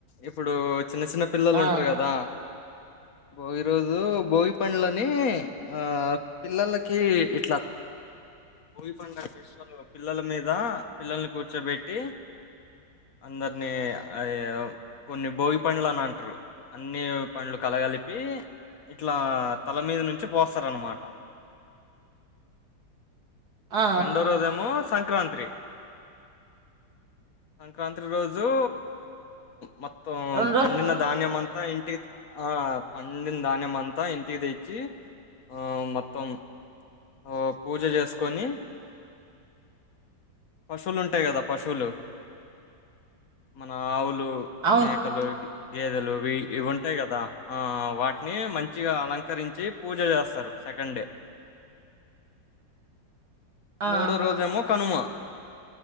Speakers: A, on the left; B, on the right.
A: ఇప్పుడు చిన్న చిన్న పిల్లలు
B: ఆ
A: ఉంటరు కదా భోగి రోజు భోగి పండ్లని ఆ పిల్లలకి ఇట్లా భోగి పండుగ విషలు పిల్లల మీద పిల్లల్ని కూర్చోబెట్టి, అందరినీ ఆ కొన్ని భోగి పండ్లు అని అంటరు అన్ని పండ్లు కలగలిపి, ఇట్లా తల మీద నుంచి కో పోసర్ అనమాట
B: ఆ
A: రెండో రోజెమో సంక్రాంత్రీ సంక్రాంత్రి రోజుఊ మొత్
B: రెండు రోజు
A: పండిన ధాన్యం అం అంత ఇంటికి ఆ పండిన ధాన్యమంతా ఇంటికి తెచ్చి ఆ మొత్తం ఆ పూజ చేసుకుని, పశువులు ఉంటాయి కదా పశువులు మన ఆవులు లు
B: అవును
A: మేకలు గేదెలు ఇ ఇవి ఉంటాయి కదా ఆ వాటిని మంచిగా అలంకరించి పూజ చేస్తారు సెకండ్ డే
B: ఆ
A: మూడో రోజేమో కనుమ